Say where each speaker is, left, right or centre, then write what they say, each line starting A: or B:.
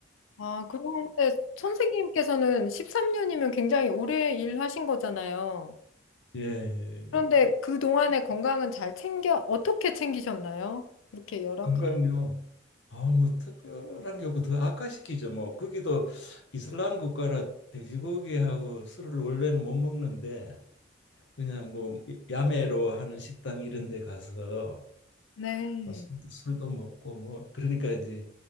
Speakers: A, on the left; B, on the left.
A: 아, 그런데 선생님께서는 13년이면 굉장히 오래 일하신 거잖아요.
B: 예, 예,
A: 그런데
B: 예.
A: 그동안의 건강은 잘 챙겨, 어떻게 챙기셨나요? 그렇게 열악한.
B: 건강요. 아, 뭐 특별한 게 없고 더 악화시키죠. 뭐 거기도 이슬람 국가라 돼지고기하고 술을 원래는 못 먹는데 그냥 뭐 야매로 하는 식당 이런 데 가서
A: 네.
B: 뭐 술- 술도 먹고 뭐 그러니까 이제